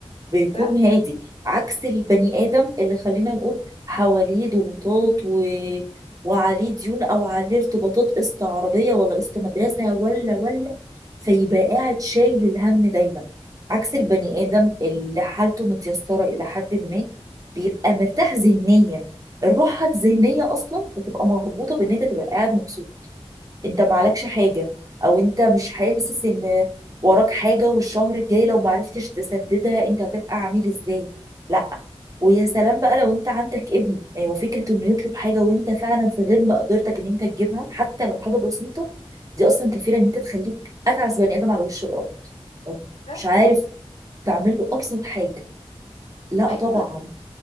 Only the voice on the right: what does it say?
بيكون
هادي عكس البني آدم اللي خلينا نقول حواليه ضغوطات و... وعليه ديون أو عليه ارتباطات قسط عربية ولا قسط مدرسة ولا ولا فيبقى قاعد شايل الهم دايما عكس البني آدم اللي حالته متيسرة إلى حد ما بيبقى مرتاح ذهنيا الراحة الذهنية أصلا بتبقى مربوطة بإن أنت تبقى قاعد مبسوط انت معلكش
حاجة او انت مش حاسس ان وراك حاجة والشهر الجاي لو معرفتش تسددها انت هتبقى عامل ازاي لا ويا سلام بقى لو انت عندك ابن يعني هو فكرة انه يطلب حاجة وانت فعلا في غير مقدرتك ان انت تجيبها حتى لو حاجة بسيطة دي اصلا كفيلة ان انت تخليك اتعس بني ادم على وش الارض طب
مش عارف تعمل له ابسط حاجة لا
طبعا